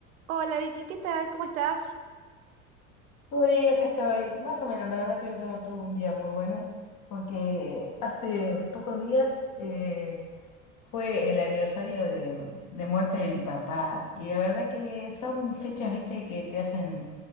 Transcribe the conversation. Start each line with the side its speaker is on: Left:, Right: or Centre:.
Right: Hola Vicky, ¿qué tal? ¿Cómo estás?
Left: Sorry, acá estoy. Más o menos, la verdad que hoy no tuve un día muy bueno, porque hace pocos días eh, fue el aniversario de, de muerte de mi papá. Y la verdad que son fechas, viste, que te hacen